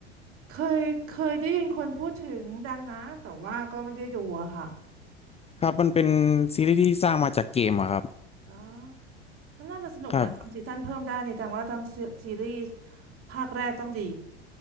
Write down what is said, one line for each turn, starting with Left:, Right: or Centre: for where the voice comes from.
Right: เคยเคยได้ยินคนพูดถึงดังนะ แต่ว่าก็ไม่ได้ดูอะค่ะ
Left: ครับมันเป็นซีรีส์ที่สร้างมาจากเกมอะครับ
Right: แล้วมันน่าจะสนุกนะทำซีซั่นเพิ่มได้เนี่ยดังว่าทั้งซีซีรีส์
Left: ครับ
Right: ภาคแรกต้องดี